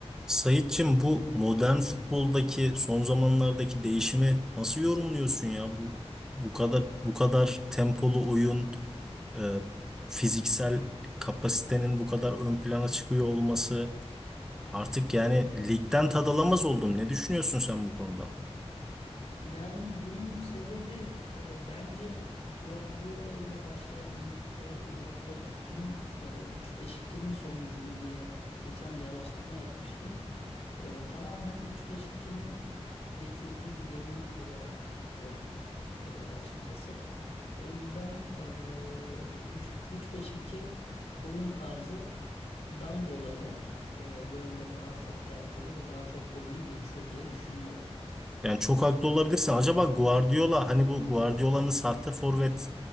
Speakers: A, in the centre; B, on the left.
A: Sayitçim bu modern futboldaki son zamanlardaki değişimi nasıl yorumluyorsun ya? Bu bu kadar bu kadar tempolu oyun, e, fiziksel kapasitenin bu kadar ön plana çıkıyor olması artık yani ligden tad alamaz oldum. Ne düşünüyorsun sen bu konuda?
B: Yani bunun sebebi e, bence Guardiola ile başlayan İngiltere'de 4-4-2'nin ya da 3-5-2'nin sonucu mu diye geçen bir araştırma yapmıştım. E, tamamen 3-5-2'nin getirdiği bir yenilik olarak gördük e, açıkçası. O yüzden e, 3 3-5-2 oyun tarzı dan dolayı e, böyle daha çok tempolu ve daha çok gollü geçiyor diye düşünüyorum.
A: Yani çok haklı olabilirsin. Acaba Guardiola hani bu Guardiola'nın sahte forvet